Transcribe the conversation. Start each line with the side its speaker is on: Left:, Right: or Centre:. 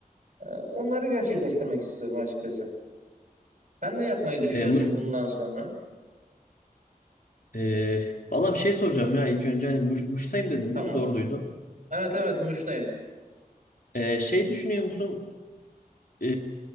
Right: Ee, onları gerçekleştirmek istiyorum açıkçası. Sen ne yapmayı düşünüyorsun
Left: E, Muş,
Right: bundan sonra?
Left: e, valla bir şey soracağım ya ilk önce hani Muş, Muş'tayım dedin
Right: Tamam.
Left: değil mi? Doğru duydum.
Right: Evet evet Muş'tayım.
Left: E, şey düşünüyor musun? E,